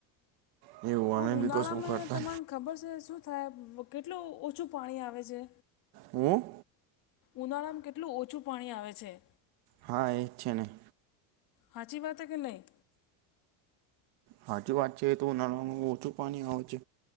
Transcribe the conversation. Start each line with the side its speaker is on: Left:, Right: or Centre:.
Right: એવું અમે
Left: આમ ઉનાળામાં
Right: બી કશું કરતા
Left: તમાને ખબર છે શું થાય કેટલું ઓછું પાણી આવે છે.
Right: હું
Left: ઉનાળામાં કેટલું ઓછું પાણી આવે છે.
Right: હા એ જ છે નહીં
Left: હાચી વાત કે નહીં
Right: હાચી વાત છે એ તો ઉનાળુ ઓછું પાણી આવે છે